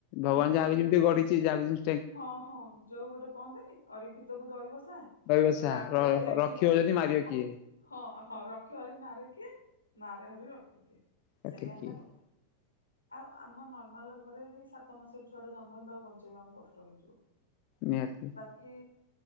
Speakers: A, on the left; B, on the left.
A: ଭଗବାନ୍
B: ବା
A: ଯାହାକୁ ଯେମିତି ଗଢିଛି ଯାହାକୁ ଜି
B: ହଁ ହଁ ଯୋଉ ଗୋଟେ କହନ୍ତିନି ଅରିକ୍ଷିତ କୁ ଦହିବସା?
A: ରହିବ
B: ସେ
A: ସାହା
B: ୱାଟା ଯିଏ ଲେଖିଛନ୍ତି
A: ରଖିବ ଯଦି
B: ସେ
A: ମାରିବ
B: କଣ ଖା
A: କିଏ
B: ହଁ ହଁ ରଖି ହରି ମାରେ କିଏ ମାରେ ହରି ରଖିବ୍ କିଏ।
A: ରଖେ
B: ସେଇୟା ହେଲା
A: କିଏ
B: କଥା। ଆଉ ଆମ ନର୍ମାଲ୍ ଘରେ ବି ସାତ ମାସର ଛୁଆ ଟା ଜନ୍ମ ହେଲେ ତାକୁ ବଞ୍ଚେଇବା ଆମକୁ କଷ୍ଟ ହେଇଯିବ।
A: ମିଆଥ୍ ମି।
B: କି